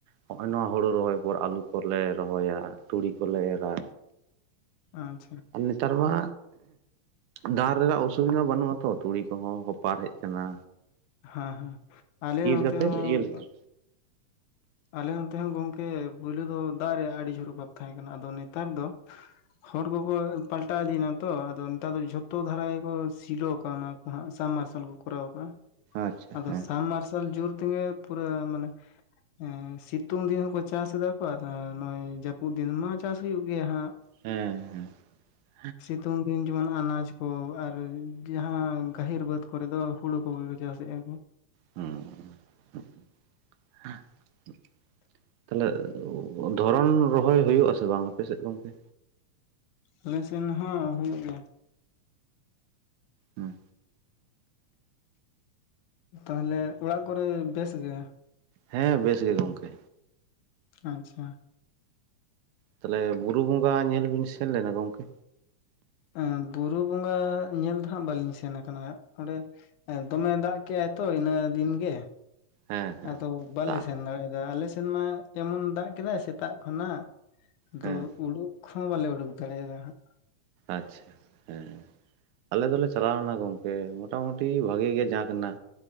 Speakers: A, on the right; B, on the left.
A: ᱦᱚᱸᱜᱼᱚᱭ ᱱᱚᱣᱟ ᱦᱩᱲᱩ ᱨᱚᱦᱚᱭ ᱯᱚᱨ ᱟᱹᱞᱩ ᱠᱚᱞᱮ ᱨᱚᱦᱚᱭᱟ, ᱛᱩᱲᱤ ᱠᱚᱞᱮ ᱮᱨᱟ᱾
B: ᱟᱪᱪᱷᱟ
A: ᱟᱨ ᱱᱮᱛᱟᱨ ᱢᱟ ᱫᱟᱜ ᱨᱮᱱᱟᱜ ᱚᱥᱩᱵᱤᱫᱟ ᱵᱟᱹᱱᱩᱜ ᱟᱛᱚ᱾ ᱛᱩᱲᱤ ᱠᱚᱦᱚᱸ ᱦᱚᱯᱟᱨ ᱦᱮᱡ ᱠᱟᱱᱟ᱾
B: ᱦᱮᱸ ᱦᱮᱸ᱾ ᱟᱞᱮ ᱱᱚᱛᱮ
A: ᱠᱟᱛᱮᱫ
B: ᱦᱚᱸ
A: ᱤᱭᱟᱹ ᱞᱮᱠᱷᱟᱱ
B: ᱟᱞᱮ ᱱᱚᱛᱮ ᱦᱚᱸ ᱜᱚᱝᱠᱮ ᱯᱳᱭᱞᱳ ᱫᱚ ᱫᱟᱜ ᱨᱮᱭᱟᱜ ᱟᱹᱰᱤ ᱡᱷᱳᱨ ᱚᱵᱷᱟᱵᱽ ᱛᱟᱦᱮᱸ ᱠᱟᱱᱟ ᱟᱫᱚ ᱱᱮᱛᱟᱨ ᱫᱚ ᱦᱚᱲ ᱠᱚᱠᱚ ᱯᱟᱞᱴᱟᱣ ᱤᱫᱤᱭᱱᱟᱛᱚ ᱟᱫᱚ ᱱᱮᱛᱟᱨ ᱫᱚ ᱡᱷᱚᱛᱚ ᱫᱷᱟᱨᱟ ᱜᱮᱠᱚ ᱥᱤᱞᱚ ᱠᱟᱣᱱᱟᱠᱚ ᱦᱟᱸᱜ ᱥᱟᱢᱢᱟᱨᱥᱟᱞ ᱠᱚ ᱠᱚᱨᱟᱣ ᱠᱟᱜ-ᱟ
A: ᱟᱪᱪᱷᱟ
B: ᱟᱫᱚ
A: ᱦᱮᱸ
B: ᱥᱟᱢᱢᱟᱨᱥ ᱛᱚᱞ ᱡᱩᱨᱛᱮᱜᱮ ᱯᱩᱨᱟᱹ ᱢᱟᱱᱮ ᱦᱮᱸ ᱥᱤᱛᱩᱝ ᱫᱤᱱ ᱦᱚᱸᱠᱚ ᱪᱟᱥ ᱮᱫᱟ ᱠᱚ ᱟᱨ ᱱᱚᱜ-ᱚᱭ ᱡᱟᱹᱯᱩᱫ ᱫᱤᱱ ᱢᱟ ᱪᱟᱥ ᱦᱩᱭᱩᱜ ᱜᱮᱭᱟ ᱦᱟᱸᱜ᱾
A: ᱦᱮᱸ ᱦᱮᱸ᱾
B: ᱥᱤᱛᱩᱝ ᱫᱤᱱ ᱡᱮᱢᱚᱱ ᱟᱱᱟᱡ ᱠᱚ ᱟᱨ ᱡᱟᱦᱟᱸ ᱜᱟᱹᱦᱤᱨ ᱵᱟᱹᱫᱽ ᱠᱚᱨᱮ ᱫᱚ ᱦᱩᱲᱩ ᱠᱚᱜᱮ ᱠᱚ ᱪᱟᱥᱮᱜ-ᱟ ᱠᱚ᱾
A: <unintelligible> ᱛᱟᱦᱞᱮ ᱫᱷᱚᱨᱚᱱ ᱨᱚᱦᱚᱭ ᱦᱩᱭᱩᱜ ᱟᱥᱮ ᱵᱟᱝ ᱟᱯᱮᱥᱮᱫ ᱜᱚᱝᱠᱮ?
B: ᱟᱞᱮ ᱥᱮᱱ ᱦᱚᱸ ᱦᱩᱭᱩᱜ ᱜᱮᱭᱟ᱾
A: ᱦᱮᱸ
B: ᱛᱟᱦᱚᱞᱮ ᱚᱲᱟᱜ ᱠᱚᱨᱮ ᱵᱮᱥ ᱜᱮ?
A: ᱦᱮᱸ ᱵᱮᱥ ᱜᱮ ᱜᱚᱢᱠᱮ᱾
B: ᱟᱪᱪᱷᱟ᱾
A: ᱛᱟᱦᱚᱞᱮ ᱵᱩᱨᱩ ᱵᱚᱸᱜᱟ ᱧᱮᱞ ᱵᱤᱱ ᱥᱮᱱ ᱞᱮᱱᱟ ᱜᱚᱝᱠᱮ.?
B: ᱮᱸ ᱵᱩᱨᱩ ᱵᱚᱸᱜᱟ ᱧᱮᱞ ᱫᱚ ᱦᱟᱸᱜ ᱵᱟᱹᱞᱤᱧ ᱥᱮᱱ ᱟᱠᱟᱱᱟ, ᱚᱸᱰᱮ ᱫᱚᱢᱮ ᱫᱟᱜ ᱠᱮᱜ-ᱟᱭ ᱛᱚ ᱤᱱᱟᱹ ᱫᱤᱱ ᱜᱮ᱾
A: ᱦᱮᱸ ᱦᱮᱸ
B: ᱟᱫᱚ ᱵᱟᱞᱮ
A: ᱫᱟᱜ
B: ᱥᱮᱱ
A: ᱠᱟᱫᱟ
B: ᱫᱟᱲᱮᱭᱟᱫᱟ ᱟᱞᱮ ᱥᱮᱱ ᱢᱟ ᱮᱢᱚᱱ ᱫᱟᱜ ᱠᱮᱫᱟᱭ ᱥᱮᱛᱟᱜ ᱠᱷᱚᱱᱟᱜ᱾ ᱟᱫᱚ
A: ᱦᱮᱸ
B: ᱩᱰᱩᱠ ᱦᱚᱸ ᱵᱟᱞᱮ ᱩᱰᱩᱠ ᱫᱟᱲᱮᱭᱟᱫᱟ ᱦᱟᱸᱜ᱾
A: ᱟᱪᱪᱷᱟ ᱦᱮᱸ᱾ ᱟᱞᱮ ᱫᱚᱞᱮ ᱪᱟᱞᱟᱣᱞᱮᱱᱟ ᱜᱚᱝᱠᱮ ᱢᱚᱴᱟᱢᱩᱴᱤ ᱵᱷᱟᱜᱮ ᱜᱮ ᱡᱟᱸᱠ ᱱᱟ